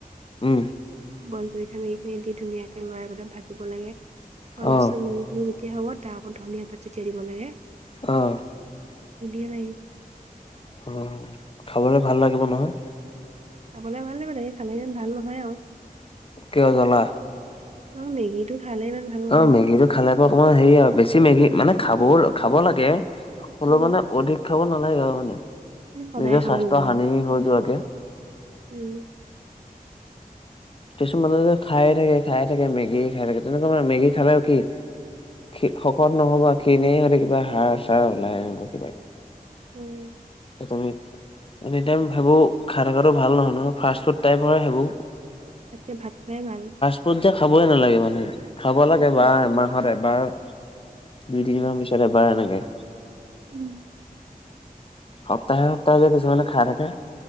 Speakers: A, on the left; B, on the right.
A: উম।
B: বইল কৰি খাবি। এইখিনি দি ধুনীয়াকে লৰাই <unintelligible> ভাজিব লাগে। আ লাষ্টতোত
A: অ
B: মেগী- খিনি যেতিয়া হ'ব, তাৰ আগত ধনিয়া পাত চেতিয়াই দিব লাগে।
A: অহ।
B: ধুনীয়া লাগে।
A: অহ, খাবলৈ ভাল লাগিব নহয়?
B: খাবলৈ মানে ভাল লাগিব দেই খালে যেন ভাল নহয় আৰু।
A: কিয় জানা?
B: অহ, মেগীটো খালে ইমান- ভাল নহয়
A: অ', মেগীটো
B: যে
A: খালে বাৰু অকণমান হেৰি আৰু। বেছি মেগী, মানে খাবৰ, খাব লাগে। হ'লেও
B: উম
A: মানে অধিক খাব নালাগে আৰু মানে।
B: মানে সদায়
A: নিজৰ
B: খাব
A: স্বাস্থ্য
B: নালাগে
A: হানি হৈ যোৱাকে।
B: উম।
A: কিছু মানুহে যে খায়ে থাকে, খায়ে থাকে, মেগীয়ে খাই থাকে। তেনেকুৱা মানে মেগী খালে আৰু কি? খ শকত নহ'বা খিনেই হৈ থাকিবা হাৰ চাৰ ওলাইকিবা
B: উম
A: মি এনিটাইম সেইবোৰ খাই থকাটো ভাল নহয় নহয় ফাষ্ট ফুড টাইপৰ সেইবোৰ
B: তাতকৈ ভাত খোৱাই ভাল
A: সেইবোৰ যে খাবই নালাগে মানে খাব লাগে
B: উম
A: এবাৰ এমাহত এবাৰ দুই
B: উম
A: তিনি মাহ পিছত এবাৰ এনেকে
B: উম
A: সপ্তাহে সপ্তাহে যে কিছুমানে খাই থাকে